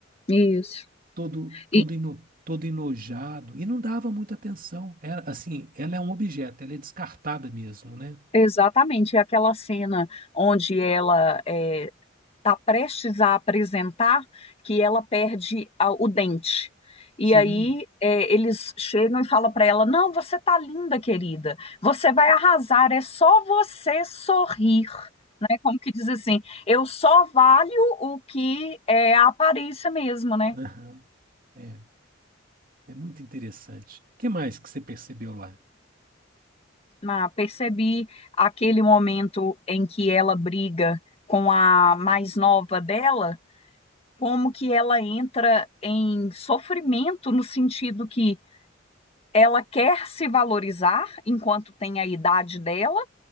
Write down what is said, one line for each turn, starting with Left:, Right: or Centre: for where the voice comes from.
Left: isso.
Right: Todo, todo,
Left: E
Right: eno- todo enojado e não dava muita atenção. Era, assim, ela é um objeto, ela é descartada mesmo, né?
Left: exatamente é aquela cena onde ela está prestes a apresentar que ela perde a- o dente. E
Right: Sim.
Left: aí é, eles chegam e falam para ela: Não, você tá linda, querida. Você vai arrasar. É só você sorrir. Né? Como que diz assim? Eu só valho o que é a aparência mesmo, né?
Right: Aham. É, é muito interessante. O que mais que você percebeu lá?
Left: Ah, percebi aquele momento em que ela briga com a mais nova dela, como que ela entra em sofrimento no sentido que ela quer se valorizar enquanto tem a idade dela,